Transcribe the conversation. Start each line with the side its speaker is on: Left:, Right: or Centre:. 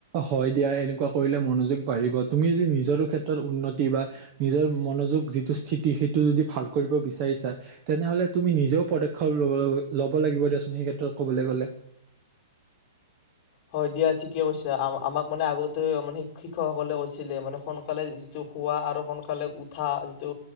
Right: হয় দিয়া এনেকুৱা কৰিলে মনোযোগ বাঢ়িব তুমি যদি নিজৰো ক্ষেত্ৰত উন্নতি বা নিজৰ মনোযোগ যিটো স্থিতি সেইটো যদি ভাল কৰিব বিচাৰিছা, তেনেহলে তুমি নিজেও পদক্ষেপ ল ল'ব লাগিব দেয়াচোন সেই ক্ষেত্ৰত ক'বলৈ গ'লে।
Left: হয় দিয়া ঠিকে কৈছে, আ-আমাক মানে আগতে মানে শ- শিক্ষকসকলে কৈছিলে মানে সোনকালে যিটো খোৱা আৰু সোনকালে উত উঠা যিটো